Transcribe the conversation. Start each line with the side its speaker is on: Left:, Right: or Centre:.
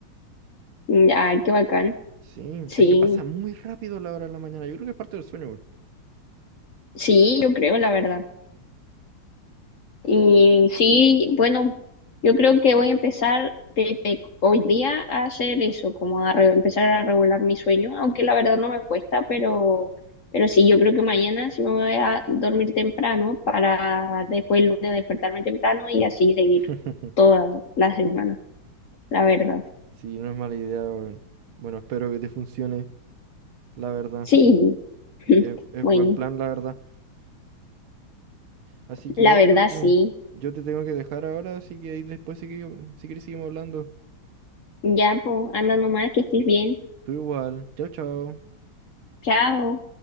Left: ya, qué bacán.
Right: Sí,
Left: Sí,
Right: es que pasa muy rápido la hora de la mañana. Yo creo que es parte del sueño, weón.
Left: sí, yo creo, la verdad. Y sí, bueno, yo creo que voy a empezar desde hoy día a hacer eso, como a re- empezar a regular mi sueño, aunque la verdad no me cuesta, pero, pero sí, yo creo que mañana sí me voy a dormir temprano para después el lunes despertarme temprano y así seguir
Right: <laughs>
Left: toda la semana, la verdad.
Right: Sí, no es mala idea, weón. Bueno, espero que te funcione, la verdad.
Left: Sí, <laughs>
Right: Y Es, es
Left: bueno,
Right: buen plan, la verdad. Así que
Left: la
Right: eso,
Left: verdad
Right: pues,
Left: sí.
Right: yo te tengo que dejar ahora, así que ahí después, si, que- si querés, seguimos hablando.
Left: Ya, pues, anda nomás, que estés bien.
Right: Tú igual. Chau, chau.
Left: Chao.